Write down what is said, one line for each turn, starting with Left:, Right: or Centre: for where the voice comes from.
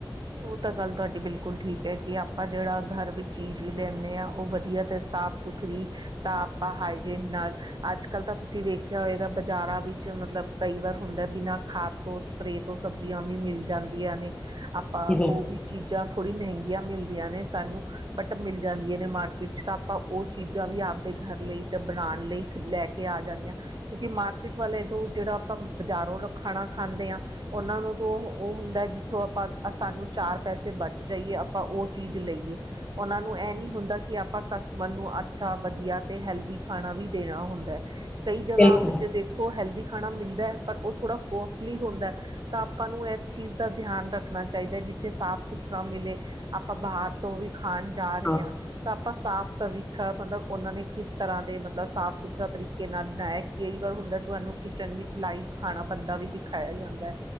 Right: ਉਹ ਤਾਂ ਗੱਲ ਤੁਹਾਡੀ ਬਿਲਕੁਲ ਠੀਕ ਐ ਕਿ ਆਪਾਂ ਜਿਹੜਾ ਘਰ ਵਿੱਚ ਚੀਜ਼ ਲੈਂਨੇ ਆ, ਉਹ ਵਧੀਆ ਤੇ ਸਾਫ਼ ਸੁਥਰੀ ਤਾਂ ਆਪਾਂ ਹਾਈਜੀਨ ਨਾਲ ਅੱਜ-ਕੱਲ੍ਹ ਤਾਂ ਤੁਸੀਂ ਵੇਖਿਆ ਹੋਏਗਾ, ਬਾਜ਼ਾਰਾਂ ਵਿੱਚ, ਮਤਲਬ ਕਈ ਵਾਰ ਹੁੰਦਾ, ਬਿਨਾਂ ਖਾਦ ਤੋਂ ਸਪਰੇ ਤੋਂ ਸਬਜ਼ੀਆਂ ਵੀ ਮਿਲ ਜਾਂਦੀਆਂ ਨੇ ਆਪ ਆ
Left: ਜੀ ਬਿਲਕੁਲ
Right: ਓ ਵੀ ਚੀਜ਼ਾਂ ਥੋੜ੍ਹੀ ਮਹਿੰਗੀਆਂ ਮਿਲਦੀਆਂ ਨੇ ਸਾਨੂੰ, ਬਟ ਮਿਲ ਜਾਂਦੀਆਂ ਨੇ ਮਾਰਕੀਟ ਵਿੱਚ ਤਾਂ ਆਪਾਂ ਓ ਚੀਜ਼ਾਂ ਵੀ ਆਪਦੇ ਘਰ ਲਈ ਤਾਂ ਬਣਾਉਣ ਲਈ ਲੈ ਕੇ ਆ ਜਾਂਦੇ ਆਂ। ਕਿਉਂਕਿ ਮਾਰਕੀਟ ਵਾਲੇ ਤੋਂ, ਜਿਹੜਾ ਆਪਾਂ ਬਾਜ਼ਾਰੋਂ ਲੋਕ ਖਾਣਾ ਖਾਂਦੇ ਆ ਓਨਾਂ ਨੂੰ ਤੋ ਉਹ ਹੁੰਦਾ ਜਿੱਥੋਂ ਆਪਾ ਸਾਨੂੰ ਚਾਰ ਪੈਸੇ ਬਚ ਜਾਈਏ ਆਪਾਂ ਉਹ ਚੀਜ਼ ਲਈਏ। ਉਨਾਂ ਨੂੰ ਏ ਨੀ ਹੁੰਦਾ ਕਿ ਆਪਾਂ ਕਸਟਮਰ ਨੂੰ ਅੱਛਾ ਵਧੀਆ ਤੇ ਹੈਲਦੀ ਖਾਣਾ ਵੀ ਦੇਣਾ ਹੁੰਦਾ। ਕਈ ਜਗ੍ਹਾ
Left: ਬਿਲਕੁਲ
Right: ਵਿੱਚ ਦੇਖੋ ਹੈਲਦੀ ਖਾਣਾ ਮਿਲਦਾ ਪਰ ਉਹ ਥੋੜ੍ਹਾ ਕੋਸਟਲੀ ਹੁੰਦਾ। ਤਾਂ ਆਪਾਂ ਨੂੰ ਏਸ ਚੀਜ਼ ਦਾ ਧਿਆਨ ਰੱਖਣਾ ਚਾਈਦਾ ਜਿੱਥੇ ਸਾਫ਼ ਸੁਥਰਾ ਮਿਲੇ। ਆਪਾਂ ਬਾਹਰ ਤੋਂ ਵੀ ਖਾਣ ਜਾ ਰਹੇ
Left: ਹਾਂ
Right: ਆ ਤਾਂ ਆਪਾਂ ਸਾਫ਼ ਸਵੀ ਮਤਲਬ ਉਨਾਂ ਕਿਸ ਤਰ੍ਹਾਂ ਦੇ ਸਾਫ਼ ਸੁਥਰਾ ਤਰੀਕੇ ਨਾਲ ਬਣਾਇਆ ਕਈ ਵਾਰ ਹੁੰਦਾ ਤੁਹਾਨੂੰ ਕਿਚਨ ਵਿੱਚ ਲਾਈਵ ਖਾਣਾ ਬੰਦਾ ਵੀ ਦਿਖਾਇਆ ਜਾਂਦਾ